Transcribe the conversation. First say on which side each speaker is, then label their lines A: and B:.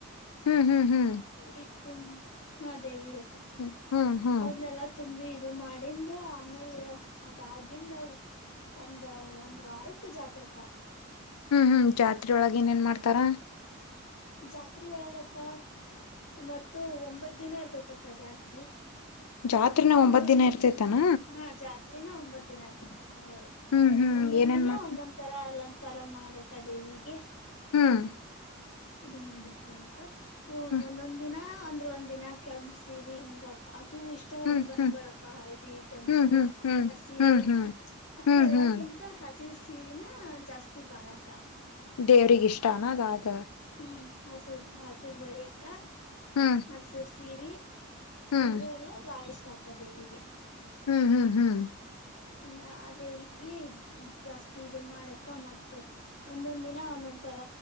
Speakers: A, on the left (about 80°); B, on the left (about 60°).
A: ಹ್ಮ್ ಹ್ಮ್ ಹ್ಮ್
B: ಉಡಿ ತುಂಬ ಹ ದೇವಿಗ
A: ಹ ಹ್ಮ್ ಹ್ಮ್
B: ಅವದ್ನೆಲ್ಲಾ ತುಂಬಿ ಇದು ಮಾಡಿಂದ ಆಮೇಲೆ ಅದಾಗಿಿಂದ ಒಂದ ಒಂದು್ ವಾರಕ್ಕ ಜಾತ್ಕ
A: ಹ್ಮ್ ಹ್ಮ್ ಜಾತ್ರೆೊಳಗ ಏನ್ ನ್ ಮಾಡ್ತಾರ
B: ಜಾತ್ರೆ ಒಳದಕ್ಕ ಮತ್ತ ಒಂಬತ್ ದಿನ ಇರ್ತತಕ್ಕ ಜಾತ್ರಿ
A: ಜಾತ್ರೆನ
B: ಒಂದೊಂದ
A: ಒಂಬತ್ ದಿನ ಇರ್ತೇತಾನ
B: ಹಾ ಜಾತ್ ತ್ ಒಂಬತ್ ದಿನ ಆತತಪ್ಪ ಹೊಳಿ
A: ಹ್ಮ್ ಹ್ಮ್
B: ಒಂದೊಂದ
A: ಏನೇನ್
B: ದಿನ
A: ಮಾಡ್ತಾರ
B: ಒಂದೊಂದ್ ತರ ಅಲಂ ಕರ ಮಾಡಕ್ಕ ದೇವಿಗೆ
A: ಹ್ಮ್
B: ಇದು ಮಾಡಿರ್ತಾರಕ್ಕ
A: ಹ್ಮ್
B: ಒಂದೊಂದ್ ದಿನ ಅಂದ್ರೆ ಒಂದ ದಿನ ಕೆಪಸಿರಿ ಹಿಂಗ ವು ಇಷ್ಟವಾದ
A: ಹ್ಮ್
B: ಬಣ್ಣಗಳಕ್ಕ
A: ಹ್ಮ್
B: ಹಳದಿ ಕೆಂಪು
A: ಹ್ಮ್ ಹ್ಮ್ ಹ್ಮ್
B: ಹಸಿರು
A: ಹ್ಮ್ ಹ್ಮ್
B: ಆದ್ರೆ
A: ಹ್ಮ್
B: ಎಲ್ಲಕ್ಕಿಂತ
A: ಹ್ಮ್
B: ಹಸಿರ್ ಸೀರನ ಜಾಸ್ತಿ ಬಾಳಕ
A: ದೇವ್ರಗ್ ಇಷ್ಟಾನ ಅದ ಅದು
B: ಹ್ಮ್ ಹಸರ್ ಹಸುರ್ ಬಳಿ ಅಕ್ಕ
A: ಹ್ಮ್
B: ಹಸುರ್ ಸೀರೆ
A: ಹ್ಮ್
B: ಇದು ಎಲ್ಲ ಬಾಳ ಇಷ್ಟ ಆಗ್ತ ದೇವಿಗೆ
A: ಹ್ಮ್ ಹ್ಮ್ ಹ್ಮ್
B: ಹಿಂಗ ಅ ದೇವಿಗೆ ಜಾಸ್ತಿ ಇ ಮಾಡಕ ಮ ಒಂದೊಂದ್ ದಿನ ಒಂದೊಂದ ಒ ತರ